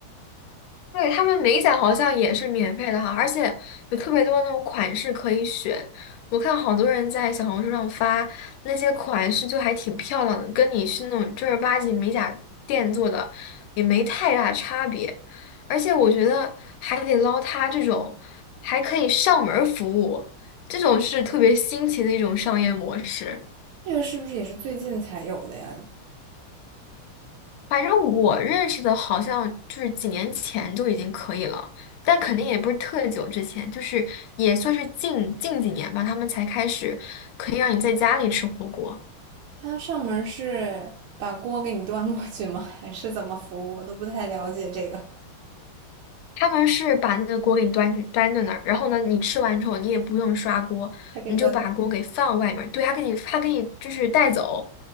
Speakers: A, on the left; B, on the right.
A: 对，他们美甲好像也是免费的哈，而且有特别多那种款式可以选。我看好多人在小红书上发那些款式，就还挺漂亮的，跟你去那种正儿八经美甲店做的也没太大差别。而且我觉得海底捞它这种还可以上门儿服务，这种是特别新奇的一种商业模式。
B: 这个是不是也是最近才有的呀？
A: 反正我认识的，好像就是几年前就已经可以了，但肯定也不是特久之前，就是也算是近近几年吧，他们才开始可以让你在家里吃火锅。
B: 它上门是把锅给你端过去吗？还是怎么服务？我都不太了解这个。
A: 他们是把那个锅给你端去端在那儿，然后呢，你吃完之后你也不用刷锅，
B: 他给你端走，
A: 你就把锅给放外面儿对，他给你他给你就是带走。